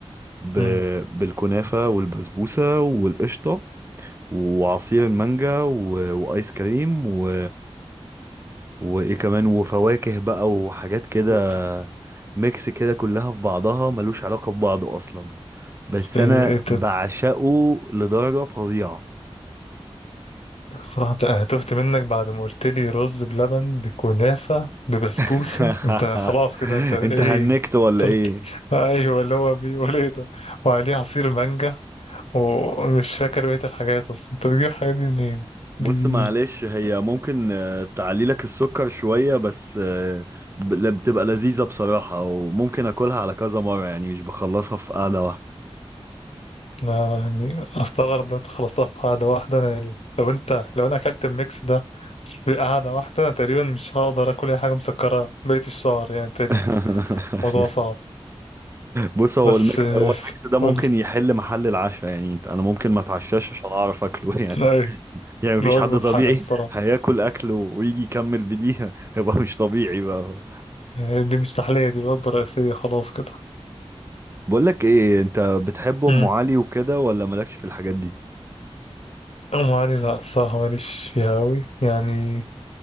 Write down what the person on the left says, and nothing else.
مم.
إيه-
إيه-
صراحة أنا تهت منك بعد ما قلت لي رز بلبن بكنافة ببسبوسة
أنت خلاص كده أنت إيه
طلع-
أيوه اللي هو بيقول إيه ده وعليه عصير مانجا ومش فاكر بقية الحاجات أصلا أنت بتجيب الحاجات دي منين؟ دي
أنا يعني أستغرب لو أنت خلصتها في قعدة واحدة أنا لو أنت لو أنا أكلت الميكس ده في قعدة واحدة أنا تقريبا مش هقدر آكل أي حاجة مسكرة بقية الشهر يعني تقريبا
الموضوع صعب
بس
آه،
قول لي
أيوه
الوجبة
بحالها الصراحة
يعني دي مش تحلية دي وجبة رئيسية خلاص كده
امم
أم علي لا الصراحة ماليش فيها أوي يعني